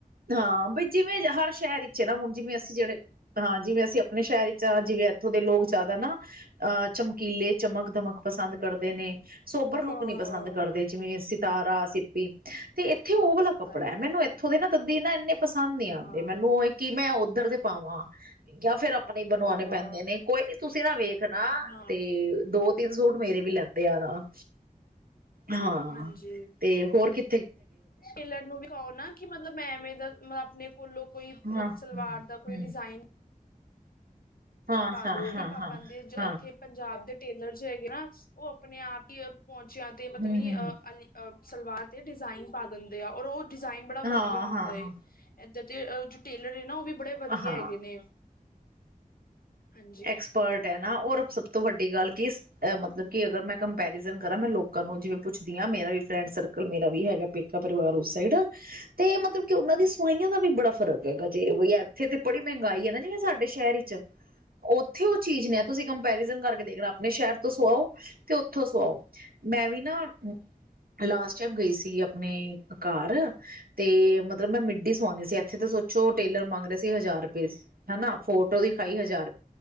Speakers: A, on the right (about 85°); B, on the left (about 80°).
A: ਹਾਂ ਬਈ ਜਿਵੇਂ ਹਰ ਸ਼ਹਿਰ ਵਿੱਚ ਹੈ ਨਾ ਹੁਣ ਜਿਵੇਂ ਅਸੀਂ ਜਿਹੜੇ ਹਾਂ ਜਿਵੇਂ ਅਸੀਂ ਆਪਣੇ ਸ਼ਹਿਰ ਵਿੱਚ ਆ ਜਿਵੇਂ ਇੱਥੋਂ ਦੇ ਲੋਕ ਜ਼ਿਆਦਾ ਨਾ ਅਹ ਚਮਕੀਲੇ ਚਮਕ ਦਮਕ ਪਸੰਦ ਕਰਦੇ ਨੇ ਸੋਬਰ
B: ਹਾਂ
A: ਲੁੱਕ ਨੀ ਪਸੰਦ ਕਰਦੇ ਜਿਵੇਂ ਅਸੀ ਤਾਰਾ ਅਸੀ ਤੇ ਇੱਥੇ ਉਹ ਵਾਲਾ
B: ਸਤਾਰਾ
A: ਕੱਪੜਾ ਹੈ ਮੈਨੂੰ ਇੱਥੋਂ ਦੇ ਨਾ ਸਦੀ ਨਾ ਇੰਨੇ ਪਸੰਦ ਨੀ ਆਉਂਦੇ
B: ਹਾਂ
A: ਮੈਨੂੰ ਕਿ ਮੈਂ ਓਧਰ ਦੇ ਪਾਵਾਂ ਜਾਂ ਫੇਰ ਆਪਣੇ ਬਣਵਾਣੇ
B: ਭਾਵਾਂ
A: ਪੈਂਦੇ ਨੇ ਕੋਈ ਨੀ ਤੁਸੀਂ ਨਾ ਵੇਖਣਾ
B: ਹਾਂ
A: ਤੇ ਦੋ ਤਿੰਨ ਸੂਟ ਮੇਰੇ ਵੀ ਲੈਂਦੇ ਆ ਨਾ ਹਾਂ
B: ਹਾਂਜੀ
A: ਤੇ ਹੋਰ ਕੀ
B: ਟੇਲਰ ਨੂੰ ਵੀ ਕਹੋ ਨਾ ਕਿ ਮਤਲਬ ਮੈਂ ਐਵੇਂ ਮਤਲਬ ਆਪਣੇ ਕੋਲੋਂ ਕੋਈ ਮਤਲਬ
A: ਹਾਂ
B: ਸਲਵਾਰ
A: ਹੂੰ
B: ਦਾ ਕੋਈ ਡਿਜ਼ਾਇਨ
A: ਹਾਂ
B: ਪਾ
A: ਹਾਂ
B: ਦੋ
A: ਹਾਂ ਹਾਂ
B: ਪਾਦੇ ਇੱਥੇ
A: ਹਾਂ
B: ਪੰਜਾਬ ਦੇ ਟੇਲਰ ਜੋ ਹੈਗੇ ਨਾ ਉਹ ਆਪਣੇ ਆਪ ਹੀ ਪਹੁੰਚਿਆ ਤੇ
A: ਹੂੰ
B: ਪਤਾ ਨੀ
A: ਹੂੰ
B: ਅਹ ਅਲੀ ਅਹ ਸਲਵਾਰ ਤੇ ਡਿਜ਼ਾਇਨ ਪਾ ਦਿੰਦੇ ਆ ਔਰ ਉਹ ਡਿਜ਼ਾਇਨ ਬੜਾ
A: ਹਾਂ
B: ਵਧੀਆ ਹੁੰਦਾ
A: ਹਾਂ
B: ਏ।
A: ਹਾਂ
B: ਏਧਰ ਦੇ ਅ ਜੋ ਟੇਲਰ ਏ ਨਾ ਉਹ ਵੀ ਬੜੇ ਵਧੀਆ
A: ਹਾਂ
B: ਹੈਗੇ ਨੇ। ਹਾਂਜੀ।
A: ਐਕਸਪਰਟ ਹੈ ਨਾ ਔਰ ਸਭ ਤੋਂ ਵੱਡੀ ਗੱਲ ਕੀ ਮਤਲਬ ਕਿ ਅਗਰ ਮੈਂ ਕੰਪੈਰੀਜਨ ਕਰਾਂ ਮੈਂ ਲੋਕਾਂ ਨੂੰ ਜਿਵੇਂ ਪੁੱਛਦੀ ਹਾਂ ਮੇਰਾ ਵੀ ਫਰੈਂਡ ਸਰਕਲ ਮੇਰਾ ਵੀ ਹੈਗਾ ਪੇਕਾ ਪਰਿਵਾਰ ਉਸ ਸਾਈਡ ਤੇ ਮਤਲਬ ਕਿ ਉਹਨਾਂ
B: ਹਾਂਜੀ।
A: ਦੀ ਸਵਾਈਆਂ ਦਾ ਵੀ ਬੜਾ ਫ਼ਰਕ ਹੈਗਾ ਜੇ ਇੱਥੇ ਤੇ ਬੜੀ ਮਹਿੰਗਾਈ ਹੈ ਨਾ। ਜ ਸਾਡੇ ਸ਼ਹਿਰ ਚ ਓਥੇ ਉਹ ਚੀਜ਼ ਨੇ ਤੁਸੀਂ ਕੰਪੈਰੀਜ਼ਨ ਕਰਕੇ ਦੇਖਣਾ, ਆਪਣੇ ਸ਼ਹਿਰ ਤੋਂ ਸੁਆਓ ਤੇ ਉੱਥੋਂ ਸੁਆਓ, ਮੈਂ ਵੀ ਨਾ ਲਾਸਟ ਟਾਈਮ ਗਈ ਸੀ ਅਪਣੇ ਘਰ ਤੇ ਮਤਲਬ ਮੈਂ ਮਿੱਡੀ ਸਵਾਉਂਣੀ ਸੀ ਇੱਥੇ ਤੇ ਸੋਚੋ ਟੇਲਰ ਮੰਗ ਰਹੇ ਸੀ ਹਜ਼ਾਰ ਰੁਪਏ, ਹਨਾ ਫੋਟੋ ਦੀਖਾਈ ਹਜ਼ਾਰ ਰੁ